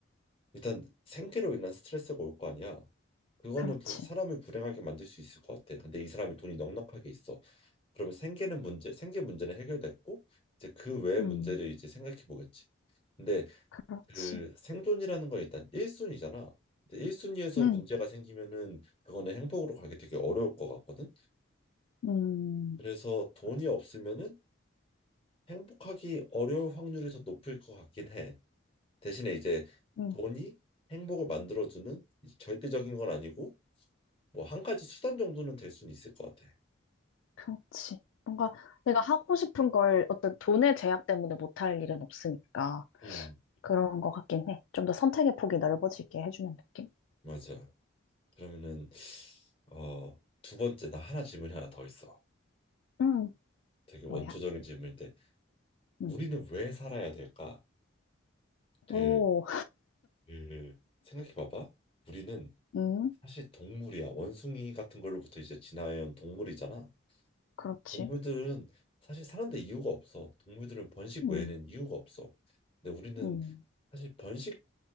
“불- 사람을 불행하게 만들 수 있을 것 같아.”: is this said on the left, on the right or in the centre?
Left